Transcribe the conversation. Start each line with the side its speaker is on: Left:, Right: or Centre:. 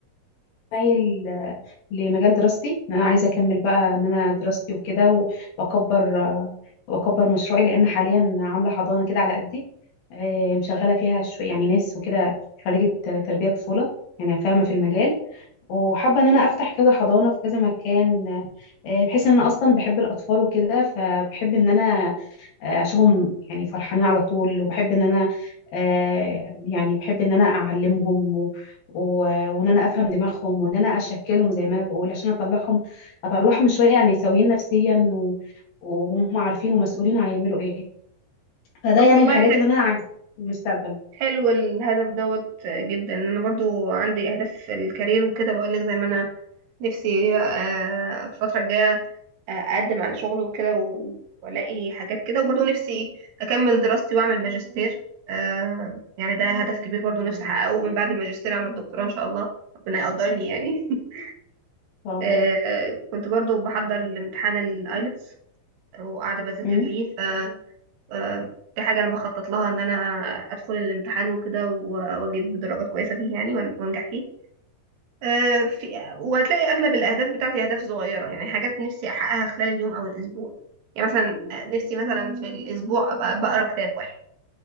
Left: مايل آه، لمجال دراستي ان انا عايزة اكمل بقى ان انا دراستي وكده و- واكبر آه، واكبر مشروعي لان حاليا عاملة حضانة كده على قدي أه مشغلة فيها شو يعني ناس وكده خريجة آه، تربية طفولة يعني فاهمة في المجال وحابة ان انا افتح كذا حضانة في كذا مكان آه، بحيث ان انا اصلا بحب الاطفال وكده فبحب ان انا آه، اشوفهم يعني فرحانين على طول وبحب ان انا آه، يعني بحب ان انا اعلمهم و... و... وان انا افهم دماغهم وان انا اشكلهم زي ما انا بقول عشان اطلعهم اطلعهم شوية يعني سويين نفسيا و... وهم عارفين ومسؤولين هيعملوا ايه فده
Right: طب
Left: يعني
Right: والله
Left: الحاجات اللي انا عايزة في المستقبل ان
Right: حلو الهدف دوت جدا انا برضو عندي اهداف في الكارير وكده بقولك زي ما انا نفسي آه، الفتره الجايه آه، اقدم على شغل وكده و- والاقي حاجات كده وبرضو نفسي اكمل دراستي واعمل ماجستير آه، يعني ده هدف كبير برضو نفسي احققه من بعد الماجستير اعمل دكتوراه ان شاء الله ربنا يقدرني يعني <laughs>
Left: شاء الله
Right: آه، كنت برضو بحضر لامتحان الايلتس وقاعده بذاكر
Left: م-
Right: ليه آه، دي حاجة أنا بخطط لها إن أنا أدخل الامتحان وكده و- وأجيب درجات كويسة فيه يعني وأن- وأنجح فيه آه، في وهتلاقي أغلب الأهداف بتاعتي أهداف صغيرة يعني حاجات نفسي أحققها خلال اليوم أو الأسبوع يعني مثلا آه، نفسي مثلا في الأسبوع أبقى بقرا كتاب واحد